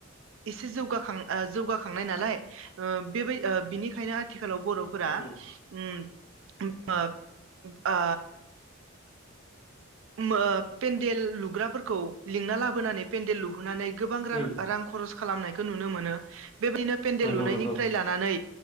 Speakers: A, on the right; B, on the left.
A: इसे जौगाखां ओ जौगाखांनाय नालाय ओ बेबाय ओ बिनिखायनो आथिख खालाव बर'फोरा
B: उम
A: उम ओ आ उमओ पेन्देल लुग्राफोरखौ लिंना लाबोनानै पेन्देल लुहोननानै गोबां रान
B: उम
A: रां खरस खालामनायखौ नुनो मोनो बेबायदिनो पेन्डेल
B: नंगौ
A: लुनायनिफ्राय
B: नंगौ
A: लानानै